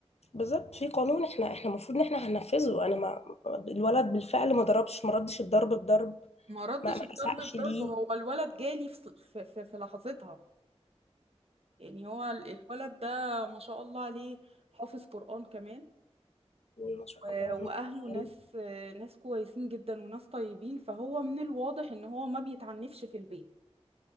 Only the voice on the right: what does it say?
ما ردش
الضرب
بضرب
هو الولد جالي في في, في, في لحظتها يعني هو ال- الولد ده ما شاء الله عليه حافظ قرآن كمان
و-
واهله
ناس ناس كويسين جدا وناس طيبين فهو من الواضح ان هو ما بيتعنفش في البيت